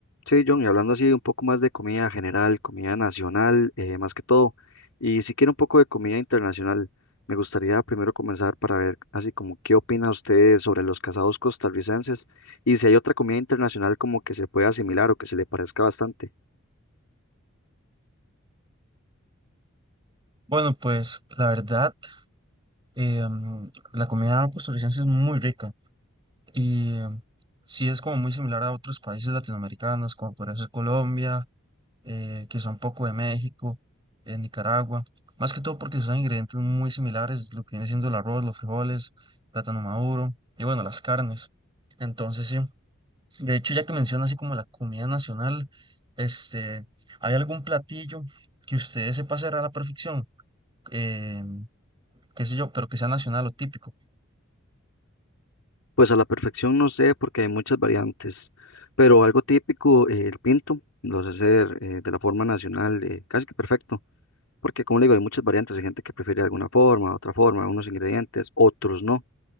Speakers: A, on the left; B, on the right.
A: Sí, John, y hablando así un poco más de comida general, comida nacional, eh, más que todo, y si quiere un poco de comida internacional, me gustaría primero comenzar para ver así como qué opina usted sobre los casados costarricenses y si hay otra comida internacional como que se pueda asimilar o que se le parezca bastante.
B: Bueno, pues la verdad, eh, mm, la comida costarricense es muy rica y mm, sí es como muy similar a otros países latinoamericanos, como podría ser Colombia, eh, quizá un poco de México, eh, Nicaragua, más que todo porque usan ingredientes muy similares, lo que viene siendo el arroz, los frijoles, plátano maduro y bueno, las carnes. Entonces, sí, de hecho, ya que menciona así como la comida nacional, este, ¿hay algún platillo que ustedes se pasará a la perfección? Em, qué sé yo, pero que sea nacional o típico.
A: Pues a la perfección no sé porque hay muchas variantes, pero algo típico, eh, el pinto, lo sé hacer eh, de la forma nacional, eh, casi que perfecto, porque como le digo, hay muchas variantes, hay gente que prefiere alguna forma, otra forma, unos ingredientes, otros no.